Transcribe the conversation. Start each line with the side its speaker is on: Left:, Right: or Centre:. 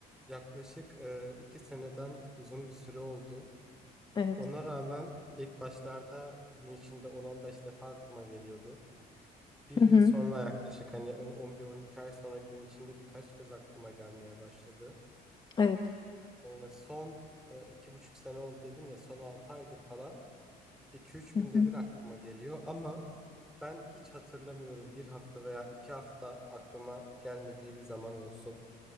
Centre: Yaklaşık e, iki seneden uzun bir süre oldu.
Left: Evet.
Centre: Ona rağmen ilk başlarda gün içinde 10-15 defa aklıma geliyordu. Bir yıl
Left: Hı hı.
Centre: sonra yaklaşık hani on- 11-12 ay sonra gün içinde birkaç kez aklıma gelmeye başladı.
Left: Evet.
Centre: E, son e, iki buçuk sene oldu dedim ya son 6 aydır falan. 2 üç günde
Left: Hı hı.
Centre: bir aklıma geliyor ama ben hiç hatırlamıyorum bir hafta veya iki hafta aklıma gelmediği bir zaman olsun.